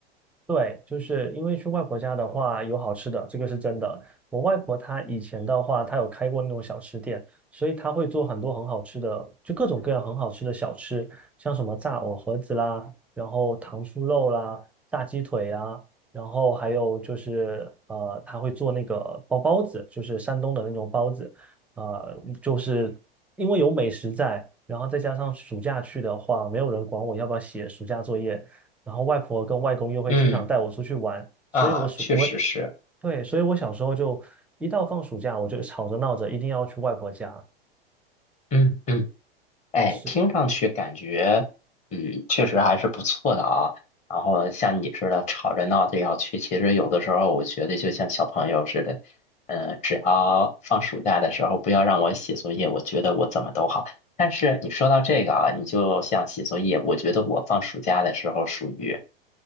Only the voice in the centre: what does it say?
对，就是因为去外婆家的话有好吃的，这个是真的。我外婆她以前的话，她有开过那种小吃店，所以她会做很多很好吃的，就各种各样很好吃的小吃，像什么炸藕盒子啦，然后糖醋肉啦，炸鸡腿啊，然后还有就是呃，她会做那个包包子，就是山东的那种包子，呃，就是因为有美食在，然后再加上暑假去的话，没有人管我要不要写暑假作业。然后外婆跟外公又会经常带我出去玩，
所以我暑我
对，所以我小时候就一到放暑假，我就吵着闹着一定要去外婆家，
是